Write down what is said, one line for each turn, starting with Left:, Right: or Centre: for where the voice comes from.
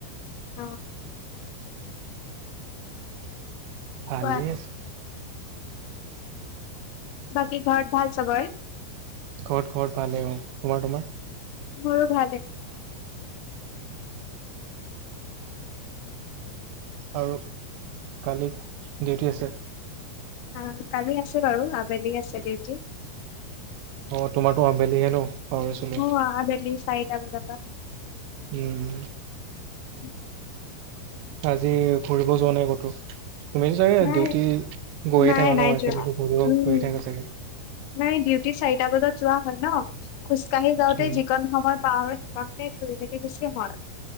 Left: অ
Right: ভালেই।
Left: কোৱা বাকী ঘৰত ভাল চবৰে?
Right: ঘৰত ঘৰত ভালে অ', তোমাৰ, তোমাৰ?
Left: মোৰো ভালে।
Right: আৰু কালি ডিউটি আছে?
Left: আহ, কালি আছে বাৰু আবেলি আছে ডিউটি।
Right: অ', তোমাৰটো আবেলিহে ন'। পাহৰি আছিলোঁ।
Left: অ', আবেলি চাৰিটা বজাৰ পৰা।
Right: উম।
Left: উম।
Right: আজি ঘূৰিব যোৱা নাই ক'তো? তুমিতো চাগে
Left: নাই
Right: ডিউটি গৈয়ে
Left: নাই
Right: থাকা
Left: নাই
Right: ন'
Left: যোৱা
Right: <unintelligible> ঘূৰিও
Left: উম
Right: ঘূৰি থাকা চাগে?
Left: নাই ডিউটি চাৰিটা বজাত যোৱা হয় ন' খোজকাঢ়ি যাওঁতে
Right: উম,
Left: যিকণ সময়ত পাওঁ সেইকণতে ঘূৰি পাকি গুছি আহো আৰু।